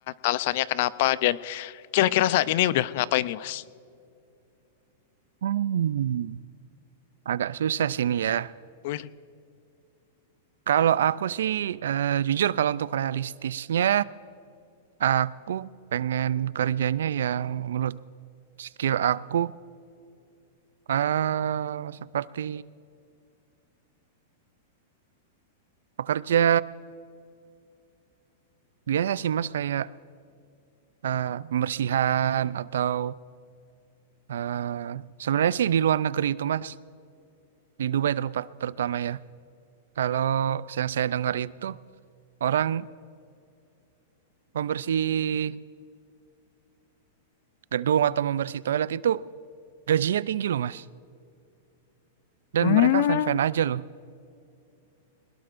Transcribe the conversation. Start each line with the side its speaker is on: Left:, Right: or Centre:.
Left: Alasannya kenapa? Dan Kira-kira saat ini udah ngapain nih, Mas?
Right: Hmm. Agak susah sih ini ya.
Left: Wih.
Right: Kalau aku sih eh, jujur kalau untuk realistisnya, aku pengen kerjanya yang menurut skill aku Ah, seperti pekerja biasa sih Mas kayak eh, pembersihan atau eh, sebenarnya sih di luar negeri itu Mas di Dubai terupa, terutama ya. Kalau yang saya dengar itu orang pembersih gedung atau pembersih toilet itu gajinya tinggi loh Mas dan
Left: Hmm.
Right: mereka fan-fan aja loh.